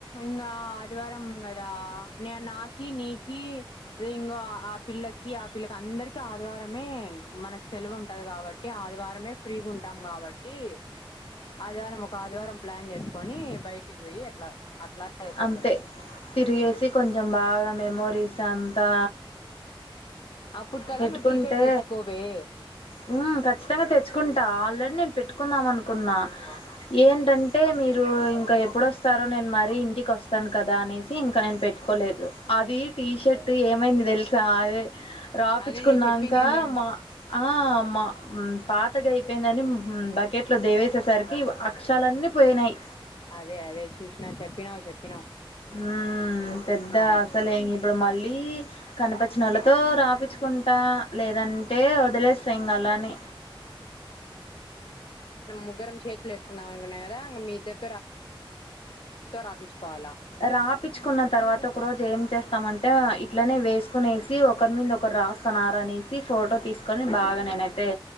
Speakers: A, on the left; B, on the left.
A: ఇంగా ఆదివారం కదా నే నాకి నీకి అదె ఇంగొ ఆ పిల్లకి పిల్లకి అందరికి ఆదివారమే మనకు సెలవు ఉంటది. కాబట్టి ఆదివారమే ఫ్రీగా ఉంటాం కాబట్ కి ఆదివారం ఒక ఆదివారం ప్లాన్ చేసుకొని బయటికి పోయి అట్లా అట్లా వేసేద్దాం
B: అంతే తిరిగేసి కొంచెం బాగా మెమోరీస్ చాంతా
A: అప్పటికల్లా
B: పెట్టుకుంటే
A: నువ్వు టీషర్ట్ తెచ్చుకోవే
B: హు ఖచ్చితంగా తెచ్చుకుంటా ఆల్రెడీ నేను పెట్టుకు కుందాం అనుకున్నా ఏన్ రం అంటే మీరు ఇంకా ఎప్పుడు వస్తారో నేను మరి ఇంటికి వస్తాను కదా అనేసి ఇంకా నేను పెట్టుకోలేదు అది టీషర్ట్ ఏమైంది తెలిస సారే రాపిచ్చుకున్నాంక
A: అదే నువ్వు చెప్పినిందే
B: మా ఆ అమ్మా ఉ పాతగా అయ్ పెయిందండి హు బకెట్లో దేవేసేసరికి అక్షాలన్నీ పోయినాయి
A: అదే అదే చూసినా చెప్పినావు చెప్పినావు
B: ఉమ్ పెద్ద
A: ఆ
B: అసలే ఇంగ ఇప్పుడు మళ్ళీ కి కనపచ్చినల తో రాపిచ్చుకుంటా లేదంటే వదిలేస్తా ఇంగా అలానే
A: ముగ్గరం చేతులు వేసుకుందాం అనుకున్నాం కదా ఇక మీ ఇద్దరు రాపిచ్చుకోవాలా
B: రాపిచ్చుకున్న తర్వాత ఒక రోజు ఏం చేస్తామంటే ఇట్లనే వేసుకునేసి ఒకరి మీద ఒకరు రాస్తున్నారు అనేసి ఫోటో తీసుకొని బాగా నేనైతే